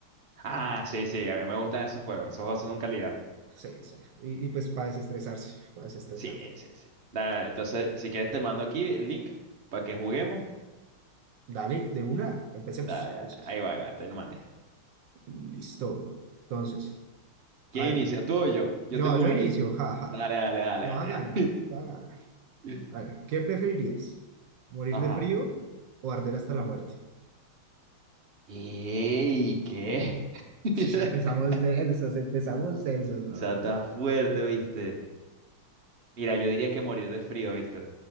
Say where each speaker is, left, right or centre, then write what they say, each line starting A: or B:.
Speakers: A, on the right; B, on the right.
A: Ah, sí, sí. A mí me gustan esos juegos. Esos juegos son calidad.
B: Sí, sí. Y, y pues para desestresarse, para desestresarse.
A: Sí, sí, sí. Dale, dale. Entonces, si quieres, te mando aquí el link para que juguemos.
B: Dale, de una, empecemos.
A: Dale, dale.
B: Entonces,
A: Ahí va, ahí va. Te lo mandé.
B: listo, bro. Entonces,
A: ¿Quién
B: a ver,
A: inicia? ¿Tú o yo? Yo
B: yo,
A: tengo
B: yo
A: una
B: inicio,
A: aquí.
B: ja, ja,
A: Dale,
B: ja.
A: dale, dale,
B: Te
A: dale,
B: va a ganar,
A: dale.
B: bro, te va a ganar.
A: <laughs>
B: A ver, ¿qué preferirías? ¿Morir
A: Ajá.
B: de frío o arder hasta la muerte?
A: ¿Y ¿Qué? <laughs>
B: Ush, Empezamos densos, empezamos densos, weón.
A: O sea, está fuerte, ¿viste? Mira, yo diría que morir de frío, ¿viste?